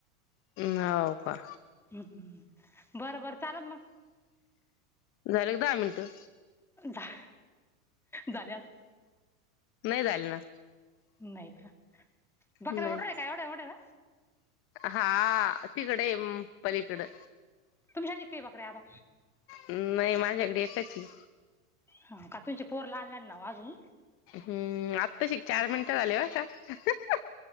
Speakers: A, on the left; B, in the centre.
A: नव का
B: हं, बरं बरं चालन मग.
A: झाले का दहा मिनिटं?
B: झा, झाले आत
A: नाही झाले न?
B: नाही का, बकऱ्या
A: नाही
B: <unintelligible> आहे काय एवढ्या मोठ्या न.
A: हा तिकडे येम पलीकडं.
B: तुमच्या घरी काय बकऱ्या आता
A: नाही माझ्याकड एकच हे.
B: हावका तुमचे पोर लहान लहान नव अजून.
A: हम्म आत्ताशी चार मिनटं झाले बर का.